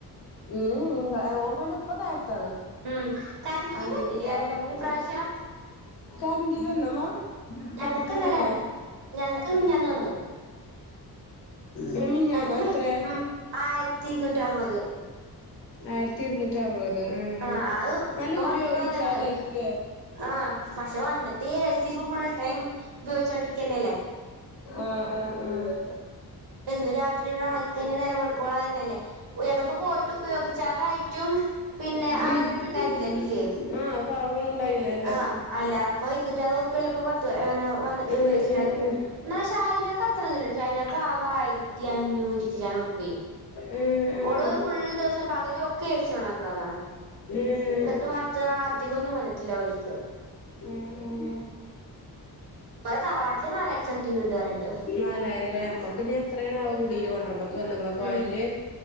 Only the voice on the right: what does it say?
ഉം കറണ്ട്
ബില്ലേ
ഇപ്രാവശ്യം
ഞങ്ങക്ക്
ഇന്നലെ വന്ന് ഞങ്ങക്ക്
മിനിഞ്ഞാന്ന്
വന്നു
ഞങ്ങക്ക്
മി ഉം ആയിരത്തി ഇര്നൂറ്റി അറുപത്
ആഹ് അത്
ഇപ്പൊ
വന്നിട്ടുള്ളൂ ഞങ്ങള്
ആഹ് പക്ഷെ വന്നിട്ടി എ സി പ്പൊ ഫുൾടൈം ഉപയോഗിച്ചോണ്ടിരിക്കന്നല്ലേ
പ്പെന്നും രാത്രിയെന്നെ ഒറങ്ങി കഴിഞ്ഞ നേരം വെളുക്കോളാം അതെന്നല്ലേ ഞങ്ങിപ്പോ പോയിട്ട് ഉപയോഗിച്ചാതായിട്ടും പിന്നെ ആയിരുര്പ്യാ
ണ്ടായിന്നില്ലേ ബില്ല്
ആഹ്
അയിലാറപ്പോ ഇരുന്നൂറ്റിയറുപതുർപ്യല്ലേ പ്പൊ പത്ത് ന്ന് വന്നിട്ട ട്ട്
ഉപയോഗിച്ചിട്ടാണ് ന്നാ ഷായിനക്ക് അത്രോന്നുല്ല വിജയ്നാക്ക് ആകെ ആയിരത്തി അഞ്ഞൂറ്റി ചില്ലാനുറുപ്യായി
ഓള്
ഫുൾ ദിവസം പകലും ഒക്കെ ഏ സി ഓണാക്ക്ണതാണ്
ന്നട്ടും അത്ര അധികൊന്നും വന്നിട്ടില്ല ഓല്ക്ക്
ഓലെ തറവാട്ടില് നാലായിരത്തി സംതിങ് ണ്ട് പറയിണ്ട്
ഉം